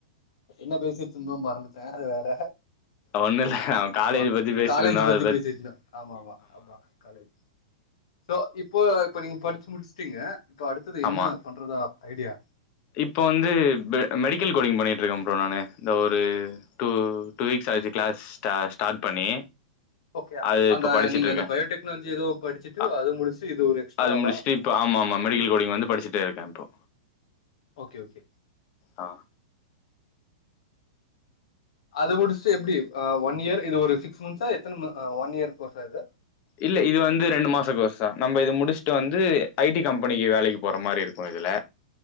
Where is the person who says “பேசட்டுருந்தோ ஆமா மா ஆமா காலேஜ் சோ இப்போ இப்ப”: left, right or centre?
Left